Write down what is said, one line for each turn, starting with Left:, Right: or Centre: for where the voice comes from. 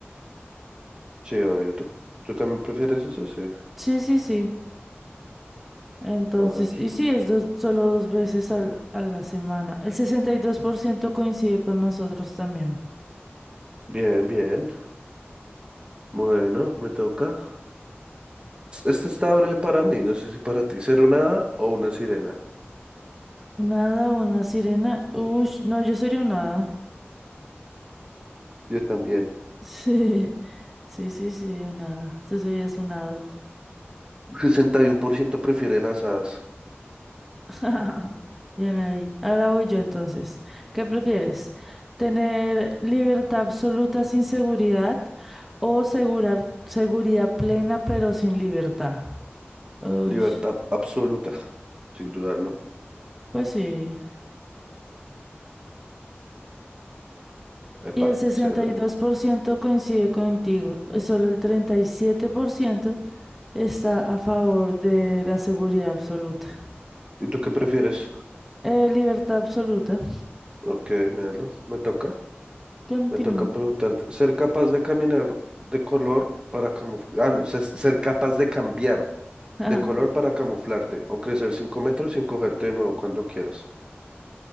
Right: Sí, obvio. ¿Tú, tú también prefieres eso? Sí.
Centre: Sí, sí, sí. Entonces,
Right: A ver.
Centre: y sí, es dos- solo dos veces al- a la semana. El 62% coincide con nosotros también.
Right: Bien, bien. Bueno, me toca. Este está breve para mí, no sé si para ti, ser una hada o una sirena.
Centre: Nada, una sirena. Uy, no, yo sería un hada.
Right: Yo también.
Centre: <laughs> Sí, sí, sí, sí, un hada. Eso sería un hado.
Right: sesenta y uno por ciento prefiere las hadas.
Centre: <laughs> Bien ahí. Ahora voy yo entonces. ¿Qué prefieres? ¿Tener libertad absoluta sin seguridad o segura- seguridad plena pero sin libertad? Ush,
Right: Libertad absoluta, sin dudarlo.
Centre: pues sí.
Right: Epa,
Centre: Y el sesenta
Right: severo.
Centre: y dos por ciento coincide contigo. y Solo el 37% está a favor de la seguridad absoluta.
Right: ¿Y tú qué prefieres?
Centre: Eh, libertad absoluta.
Right: Ok, míralo. Me toca.
Centre: Continúo.
Right: Me toca preguntarte. ¿Ser capaz de caminar de color para camuflar? Ah, no, ser, ser capaz de cambiar
Centre: <laughs>
Right: de color para camuflarte o crecer 5 metros sin cogerte de nuevo cuando quieras.